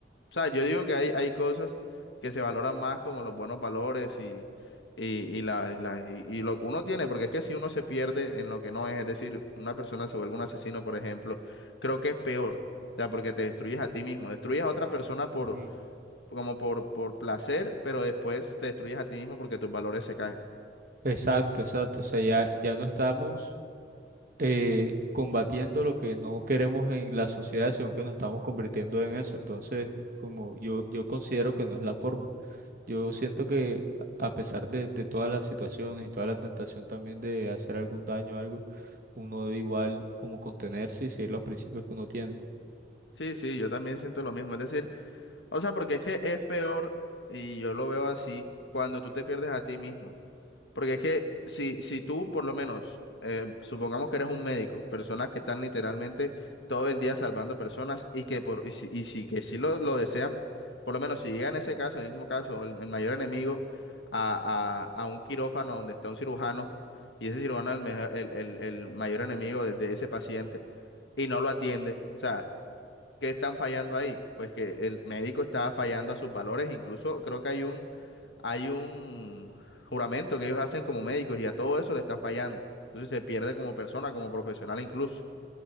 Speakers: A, on the left; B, on the right.
A: o sea, yo digo que hay, hay cosas que se valoran más como los buenos valores y, y, y la, y, la- y- y lo que uno tiene, porque es que si uno se pierde en lo que no es, es decir, una persona se vuelve un asesino, por ejemplo, creo que es peor, o sea, porque te destruyes a ti mismo, destruyes a otra persona por,
B: Ujú.
A: como por, por placer, pero después te destruyes a ti mismo porque tus valores se caen.
B: Exacto, exacto. O sea, ya, ya no estamos eh, combatiendo lo que no queremos en la sociedad, sino que nos estamos convirtiendo en eso. Entonces, como yo, yo considero que no es la forma. Yo siento que a pesar de, de todas las situaciones y toda la tentación también de hacer algún daño o algo, uno debe igual como contenerse y seguir los principios que uno tiene.
A: Sí, sí, yo también siento lo mismo, es decir, o sea, porque es que es peor y yo lo veo así cuando tú te pierdes a ti mismo. Porque es que si, si tú, por lo menos, eh, supongamos que eres un médico, personas que están literalmente todo el día salvando personas y que por, y si, y si que sí lo, lo desean, por lo menos si llegan ese caso, el mismo caso, el, el mayor enemigo a, a, a un quirófano donde está un cirujano y ese cirujano es el, mejor- el, el- el mayor enemigo de de ese paciente y no lo atiende. O sea, ¿Qué están fallando ahí? Pues que el médico está fallando a sus valores, incluso creo que hay un, hay un juramento que ellos hacen como médicos y a todo eso le está fallando. Entonces se pierde como persona, como profesional incluso.